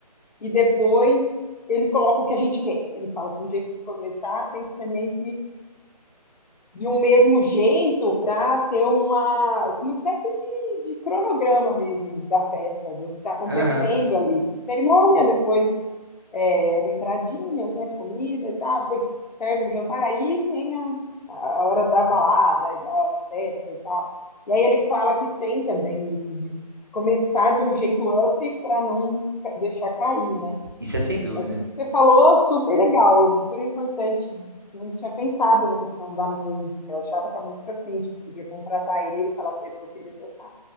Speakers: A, on the left; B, on the right.
A: e depois ele coloca o que a gente quer. Ele fala que o jeito de começar tem que ser meio que de um mesmo jeito para ter uma, uma espécie de, de cronograma mesmo da festa, do que está acontecendo
B: Aham,
A: ali. Né? Cerimônia, depois é, as entradinhas, né, de comida e tal, depois serve o jantar, aí vem a, a hora da balada e da festa e tal. E aí ele fala que tem também isso de começar de um jeito up para não deixar cair, né?
B: Isso é sem dúvida.
A: Mas isso que você falou, super legal, super importante. Não tinha pensado na questão da música. Eu achava que a música, assim, tipo, podia contratar ele e falar para ele que eu queria tocar.